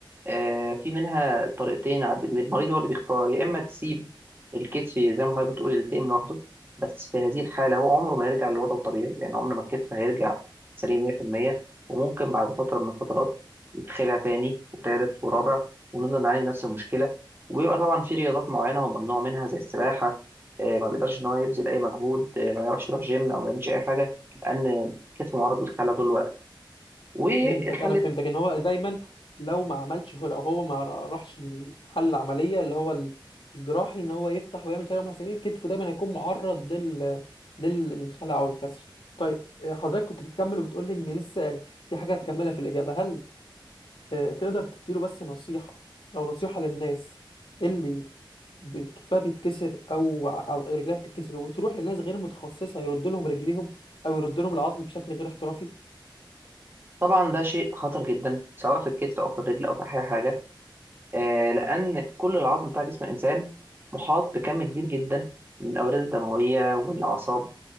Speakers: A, on the right (about 25°); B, on the left (about 85°).
A: آه، في منها طريقتين عب- المريض هو اللي بيختار يا إما تسيب الكتف زي ما حضرتك بتقول يلتئم لوحده بس في هذه الحالة هو عمره ما يرجع لوضعه الطبيعي يعني عمر ما الكتف هيرجع سليم 100% وممكن بعد فترة من الفترات يتخلع تاني وتالت ورابع ونفضل نعاني من نفس المشكلة وبيبقى طبعا في رياضات معينة هو ممنوع منها زي السباحة آه، ما بيقدرش إن هو يبذل أي مجهود آه، ما يعرفش يروح جيم أو ما يعملش أي حاجة لأن كتفه معرض للخلع طول الوقت والحل
B: فهمتك انا فهمتك ان هو دايما لو ما عملش هو لو هو ما راحش حل العمليه اللي هو الجراحي ان هو يفتح ويعمل شلل مسامير كتفه دايما هيكون معرض لل للخلع او الكسر طيب آه، حضرتك كنت بتكمل وبتقول لي ان لسه يعني في حاجه هتكملها في الاجابه هل آه، تقدر تديله بس نصيحه او نصيحه للناس اللي ب- كتفها بيتكسر او ع- أو رجلها بتتكسر وتروح لناس غير متخصصه يرد لهم رجليهم او يرد لهم العظم بشكل غير احترافي
A: طبعا ده شيء خطر جدا سواء في الكتف او في الرجل او في اي حاجه آه لان كل العظم بتاع جسم الانسان محاط بكم كبير جدا من الاوردة الدمويه والاعصاب